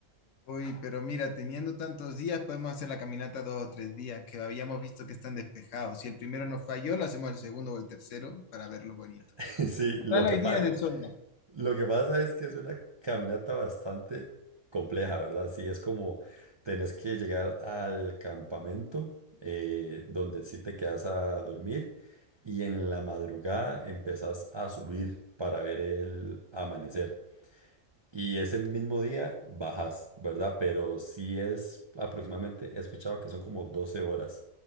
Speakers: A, on the left; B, on the right.
A: Uy, pero mira, teniendo tantos días, podemos hacer la caminata dos o tres días, que habíamos visto que están despejados. Si el primero nos falló, lo hacemos el segundo o el tercero para verlo bonito.
B: <laughs> Sí,
A: Total,
B: lo que
A: hay
B: pasa,
A: días de sobra.
B: lo que pasa es que es una caminata bastante compleja, ¿verdad? Sí, es como tenés que llegar al campamento eh, donde sí te quedas a dormir y en la madrugada empezás a subir para ver el amanecer. Y ese mismo día bajas, ¿verdad? Pero sí es aproximadamente, he escuchado que son como 12 horas.